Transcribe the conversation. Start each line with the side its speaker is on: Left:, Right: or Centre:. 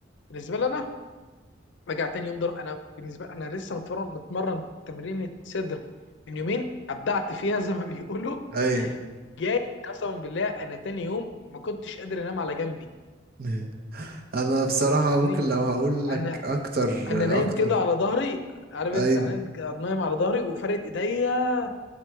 Left: بالنسبة لي انا رجع تاني يوم ضرب انا بالنسبه لي انا لسه متمرن متمرن تمرين صدر من يومين ابدعت فيها زي ما <laughs> بيقولوا
Right: اي
Left: جاي قسما بالله انا تاني يوم ما كنتش قادر انام على جنبي
Right: <laughs> انا بصراحة
Left: فاهمني
Right: ممكن لو هقول لك
Left: انا
Right: اكتر
Left: انا نايم
Right: اكتر
Left: كده على ظهري عارف
Right: اي
Left: انت انا نايم كده- نايم على ظهري وفارد ايديا